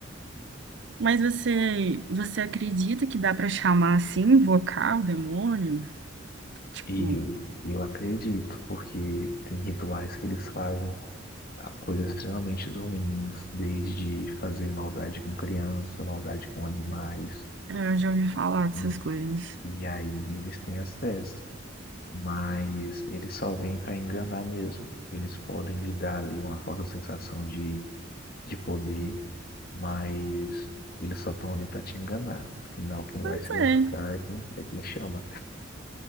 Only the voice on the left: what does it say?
E eu, eu acredito, porque tem rituais que eles fazem ah, coisas extremamente ruins, desde fazer maldade com criança, maldade com animais.
E,
e aí eles têm acesso. mas eles só vêm para enganar mesmo. Eles podem lhe dar ali uma falsa sensação de, de poder, mas eles só estão ali para te enganar. Afinal, quem vai
se lascar
é quem, é quem chama.